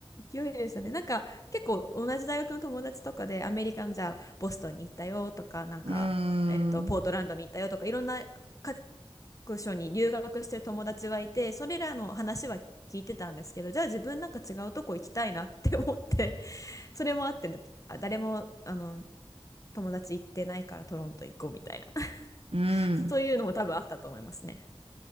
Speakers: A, on the left; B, on the right.
A: 勢いでしたね。なんか結構同じ大学の友達とかでアメリカのじゃあボストンに行ったよとか、なんか、
B: うー
A: えっと、
B: ん。
A: ポートランドに行ったよとか、いろんな各所に留学してる友達はいて、それらの話は聞いてたんですけど、じゃあ自分なんか違うとこ行きたいなって思って、<laughs> それもあって、あ誰もあの友達行ってないからトロント行こうみたいな、
B: うん。
A: <laughs> そういうのも多分あったと思いますね、